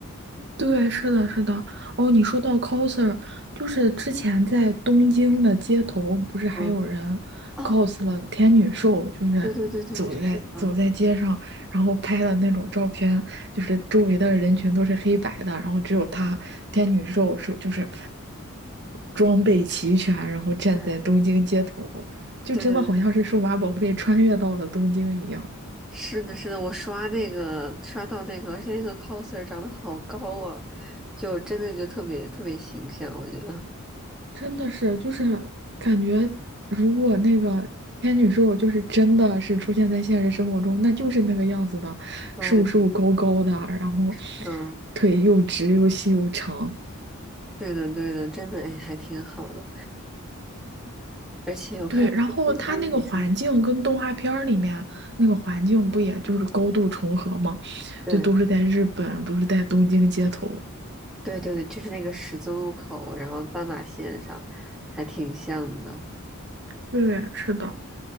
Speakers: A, on the right; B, in the centre.
A: 对，是的，是的。哦，你说到 coser，就是之前在东京的街头，不是还有人
B: 嗯。哦。
A: cos 了天女兽，就是走在走在街上，
B: 对对对对，是的，
A: 然后拍的那种照片，就是周围的人群都是黑白的，然后只有他天女兽是就是装备齐全，然后站在东京街头，
B: 嗯，
A: 就真的好像是数码宝贝穿越到了东京一样。
B: 对对对，是的，是的，我刷那个刷到那个，而且那个 coser 长得好高啊，就真的就特别特别形象，我觉得。
A: 真的是，就是感觉，如果那个天女兽就是真的是出现在现实生活中，那就是那个样子的，
B: 嗯
A: 瘦瘦高高的，然后
B: <laughs> 嗯，
A: 腿又直又细又长。
B: 对的对的，真的哎，还挺好的。而且我看最近，
A: 对，然后它那个环境跟动画片儿里面那个环境不也就是高度重合吗？
B: 嗯，你说，对
A: 就都是在日本，都是在东京街头。
B: 对对对，就是那个十字路口，然后斑马线上，还挺像的。
A: 对，是的。